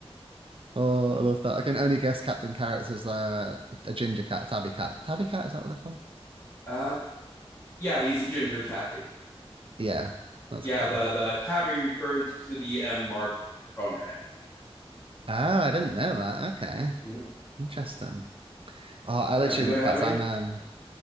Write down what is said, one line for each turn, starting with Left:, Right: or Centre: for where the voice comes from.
Right: Oh, I love that. I can only guess Captain Carrots as uh, a ginger cat, tabby cat. Tabby cat, is that what they're called?
Left: Uh, yeah, he's a ginger tabby.
Right: Yeah, that's
Left: Yeah,
Right: cool.
Left: the the tabby refers to the M mark on their head.
Right: Oh, I didn't know that. Okay.
Left: Mhm.
Right: Interesting. Oh, I
Left: Yeah,
Right: literally
Left: you
Right: love
Left: have
Right: cats.
Left: a name?
Right: I'm um